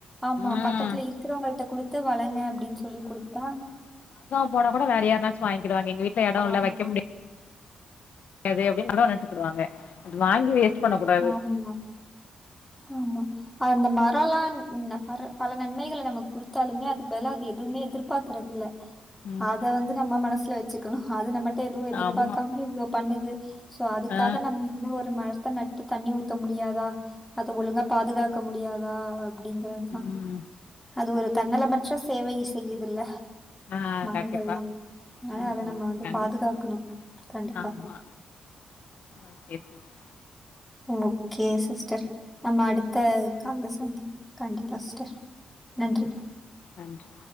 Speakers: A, in the centre; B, on the left.
A: ஆமா
B: ம்
A: பக்கத்துல இருக்கிறோங்க கிட்ட குடுத்து வளங்க அப்டின்னு சொல்லி குடுத்தா
B: போன்னா கூட வேற யார்னாச்சு வாங்கிடுவாங்க எங்க‌ வீட்ல எடோ இல்ல
A: ஆமா
B: வைக்க முடி யாது அப்டின்னு கூட நட்டுக்குடுவாங்க அது வாங்கி வேஸ்ட் பண்ணக் கூடாது
A: ஆமா ஆமா அந்த மரோலா ம் ன பர பல நன்மைகள நமக் குடுத்தாலுமே அதுக்கு பலா அது எதுமே எதிர்பாக்குறதில்ல
B: ம்.
A: அத வந்து நம்ம மனசுல வெச்சுக்கணு அது நம்ம ட்ட எதுவு எதிர்பாக்காம
B: ஆமா
A: இவ்ளோ பண்ணுது சோ அதுக்காக
B: ஆ
A: நம்ம இன்னு ஒரு மரத்த நட் டு தண்ணி ஊத்த முடியாதா அத ஒழுங்கா பாதுகாக்க முடியாதா அப்டிங்கிறது தா
B: ம்
A: அது ஒரு தன்னலமற்ற சேவை செய்யுதுல்ல
B: ஆ
A: மரங்கள்லா
B: கண்டிப்பா
A: அதனால
B: ம்
A: அத நம்ம
B: ம்
A: வந்து
B: கண்டிப்பா
A: பாதுகாக்கணு கண்டிப்பா
B: ஆமா ஓகே சிஸ்
A: ஓகே சிஸ்டர் நம்ம அடுத்த கால்ல சந்தி கண்டிப்பா சிஸ்டர் நன்றி
B: ஓகே சிஸ். நன்றி